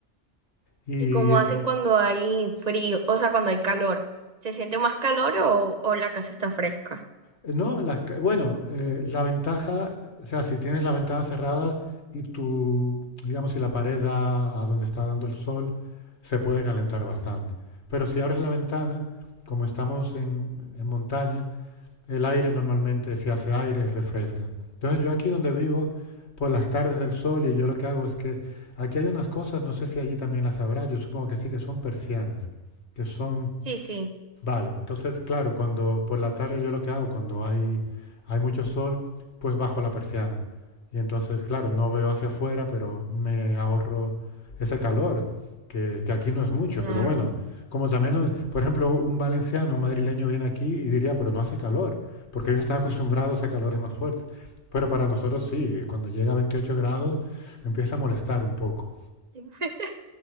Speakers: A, on the left; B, on the right.
A: Y
B: ¿Y cómo
A: eh,
B: hacen cuando hay frío? O sea, cuando hay calor. ¿Se siente más calor o, o la casa está fresca?
A: no, las ca- bueno, eh, la ventaja, o sea, si tienes las ventanas cerradas y tu, digamos, si la pared da a donde está dando el sol, se puede calentar bastante. Pero si abres la ventana, como estamos en en montaña, el aire normalmente, si hace aire, refresca. Entonces yo aquí donde vivo, por las tardes del sol, y yo lo que hago es que aquí hay unas cosas, no sé si allí también las habrá, yo supongo que sí, que son persianas, que son
B: Sí, sí,
A: Vale, entonces, claro, cuando por la tarde yo lo que hago, cuando hay, hay mucho sol, pues bajo la persiana. Y entonces, claro, no veo hacia afuera, pero me ahorro ese calor, que, que aquí no es mucho,
B: claro.
A: pero bueno, como también, no- por ejemplo, un valenciano, un madrileño viene aquí y diría, pero no hace calor, porque ellos están acostumbrados a calores más fuertes. Pero para nosotros sí, cuando llega a 28 grados empieza a molestar un poco,
B: <laughs>